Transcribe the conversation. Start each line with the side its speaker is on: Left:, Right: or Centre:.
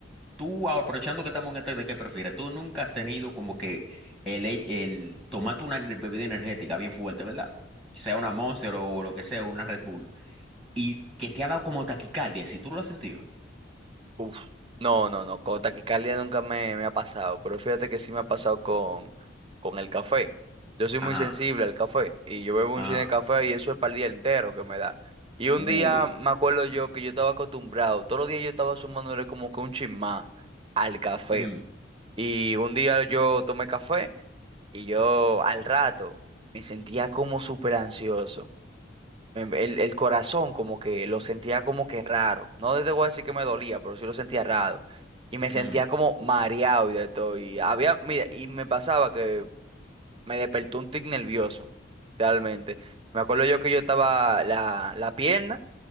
Centre: Tú, aprovechando que estamos en este de qué prefieres, tú nunca has tenido como que el, hech- el tomate una ener- bebida energética bien fuerte, ¿verdad? Sea una Monster o lo que sea, una Red Bull, y que te ha dado como taquicardia, si tú lo has sentido.
Right: Uf, no, no, no, con taquicardia nunca me, me ha pasado, pero fíjate que sí me ha pasado con, con el café. Yo soy muy
Centre: Ajá,
Right: sensible al café y yo bebo un
Centre: ajá,
Right: chin de café y eso es para el día entero que me da. Y un
Centre: uy,
Right: día me acuerdo yo que yo estaba acostumbrado, todos los días yo estaba sumándole como que un chin más al café.
Centre: ujú,
Right: Y un día yo tomé café y yo al rato me sentía como súper ansioso me- el, el corazón como que lo sentía como que raro. No te voy a decir que me dolía, pero sí lo sentía raro. Y me sentía
Centre: ujú,
Right: como mareado y de todo. Y había, mira, y me pasaba que me despertó un tic nervioso, realmente. Me acuerdo yo que yo estaba, la, la pierna